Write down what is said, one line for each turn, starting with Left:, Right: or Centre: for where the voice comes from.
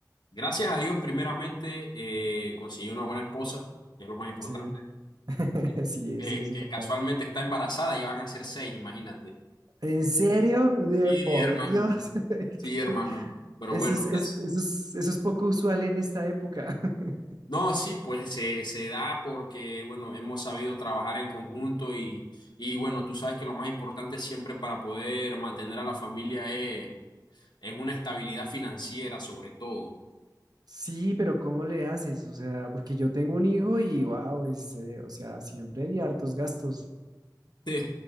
Left: gracias a Dios, primeramente, eh, conseguí una buena esposa, que es lo más importante.
Right: Sí, <laughs>
Left: eh,
Right: sí, eso
Left: eh,
Right: es importante.
Left: que casualmente está embarazada y van a ser seis, imagínate.
Right: ¿En serio? De
Left: Sí,
Right: por
Left: hermano,
Right: Dios. <laughs>
Left: sí, hermano.
Right: ¿Qué?
Left: Pero
Right: Eso
Left: bueno,
Right: es,
Left: gracias.
Right: es- eso es, eso es poco usual en esta época. <laughs>
Left: No, sí, pues se, se da porque, bueno, hemos sabido trabajar en conjunto y, y bueno, tú sabes que lo más importante siempre para poder mantener a la familia es, es una estabilidad financiera sobre todo.
Right: Sí, pero ¿cómo le haces? O sea, porque yo tengo un hijo y wow, es, eh, o sea, siempre hay hartos gastos.
Left: Sí.